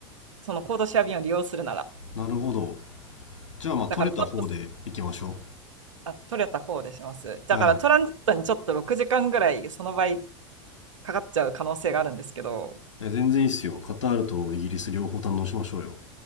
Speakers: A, on the right; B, on the left.
A: そのコードシェア便を利用するなら。
B: なるほど。じゃあまあ取れた方で行きましょ
A: だからちょっとあ、取れた方でします。だからトランジットにちょっと6時間ぐらいその場合
B: う。はい。
A: かかっちゃう可能性があるんですけど、
B: え、全然いいっすよ。カタールとイギリス両方堪能しましょうよ。